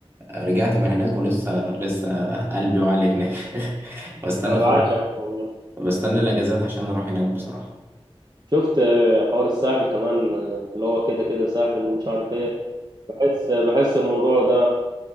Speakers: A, on the right; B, on the right.
A: رجعت من هناك ولسه لسه قلبي وعلي هناك <laughs> بستنى
B: أنا بعشق والله
A: بستنى الأجازات عشان أروح هناك بصراحة
B: شفت آه، حوار الساحل كمان آه، اللي هو كده كده ساحل ومش عارف ايه بحس بحس الموضوع ده